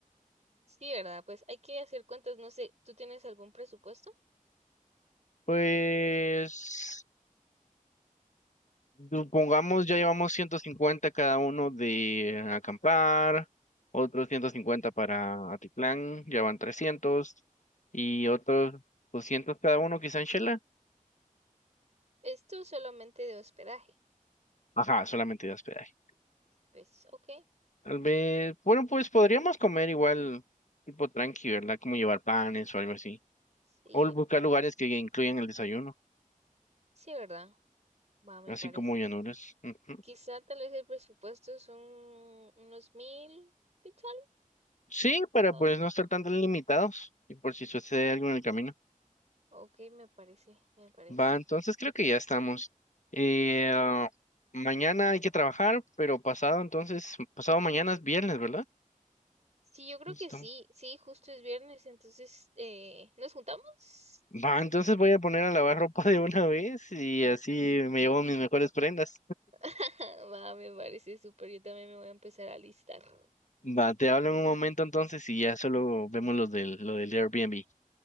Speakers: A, on the right; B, on the left.
A: Sí, ¿verdad? Pues hay que hacer cuentas, no sé, ¿tú tienes algún presupuesto?
B: Pues, supongamos, ya llevamos 150 cada uno de acampar, otros 150 para Atitlán, ya van 300, y otros 200 cada uno quizá en Shela.
A: Esto solamente de hospedaje.
B: Ajá, solamente de hospedaje.
A: Pues, ok,
B: Tal vez, bueno, pues podríamos comer igual tipo tranqui, ¿verdad? Como llevar panes o algo así.
A: Sí,
B: O buscar lugares que incluyan el desayuno,
A: sí, ¿verdad? Va, me
B: así
A: parece.
B: como llanuras. Ujú.
A: Quizá tal vez el presupuesto son unos mil, quizá.
B: Sí, para
A: ¿no?
B: pues no estar tan limitados y por si sucede algo en el camino.
A: Ok, me parece, me parece.
B: Va, entonces creo que ya estamos. Eh, ah, mañana hay que trabajar, pero pasado entonces, pasado mañana es viernes, ¿verdad?
A: Sí, yo creo
B: Listo.
A: que sí, sí, justo es viernes, entonces, eh, ¿nos juntamos?
B: Va, entonces voy a poner a lavar ropa <laughs> de una vez y así me llevo mis mejores prendas.
A: <laughs> Va, me parece súper, yo también me voy a empezar a listar.
B: Va, te hablo en un momento entonces y ya solo vemos los del, lo del Airbnb.